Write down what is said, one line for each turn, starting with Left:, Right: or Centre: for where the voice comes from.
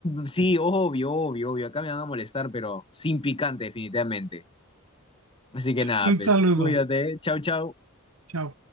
Left: Sí, obvio, obvio, obvio, acá me van a molestar, pero sin picante, definitivamente. Así que nada,
Right: Un
Left: pues,
Right: saludo.
Left: cuídate, chau, chau.
Right: Chao.